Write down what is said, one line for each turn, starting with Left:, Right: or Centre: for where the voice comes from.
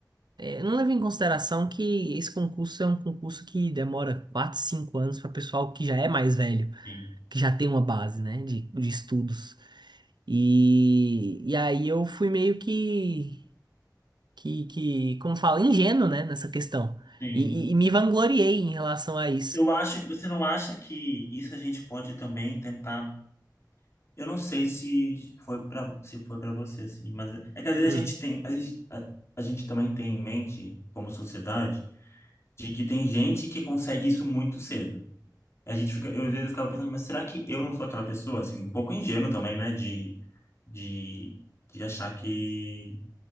Right: é, eu não levo em consideração que esse concurso é um concurso que demora 4, 5 anos para pessoal que já é mais velho,
Left: sim,
Right: que já tem uma base, né, de, de estudos. E, e aí eu fui meio que, que, que, como fala, ingênuo, né, nessa questão.
Left: sim.
Right: E, e- e me vangloriei em relação a isso.
Left: Eu acho que você não acha que isso a gente pode também tentar. Eu não sei se foi para se foi para você assim, mas é que às vezes
Right: Hum.
Left: a gente tem a gente, a- a gente também tem em mente como sociedade de que tem gente que consegue isso muito cedo. A gente fica, eu às vezes eu ficava pensando, mas será que eu não sou aquela pessoa assim, um pouco ingênuo também, né, de de de achar que